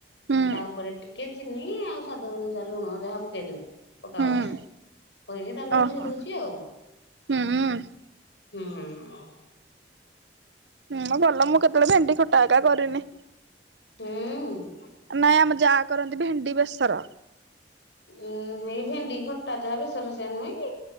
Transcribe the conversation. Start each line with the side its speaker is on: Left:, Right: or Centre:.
Right: ହୁଁ
Left: ତା ଉପରେ ଟିକେ ଚିନି ଆଉ ସ୍ୱାଦ ଅନୁସାରେ ଲୁଣ ଯାହା ପକେଇଦଉ ପକା
Right: ହୁଁ
Left: ହଉଛି। କହିକି ତାପରେ
Right: ଓହୋ
Left: ଓହ୍ଲେଇ ଦଉଛି ଆଉ।
Right: ହୁଁ ହୁଁ
Left: ହୁଁ ହଁ।
Right: ହୁଁ ଭଲ ମୁଁ କେତେବେଳେ ଭେଣ୍ଡି ଖଟା ହେକା କରିନି।
Left: ହୁଁ ଉଁ।
Right: ନାଇଁ ଆମ ଯାଆ କରନ୍ତି ଭେଣ୍ଡି ବେସର।
Left: ଉଁ ଏଇ ଭେଣ୍ଡି ଖଟା ଯାହା ବେଶର ସେୟା ନୁହେଁ କି?